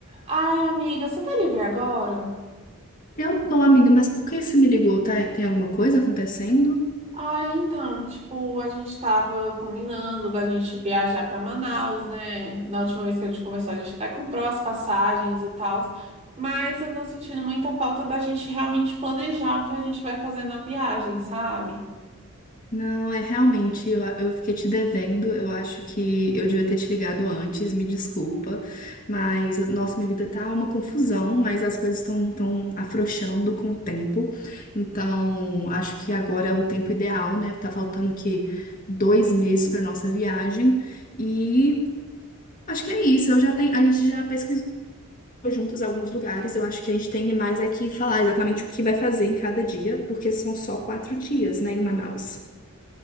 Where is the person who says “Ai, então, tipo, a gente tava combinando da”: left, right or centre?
Right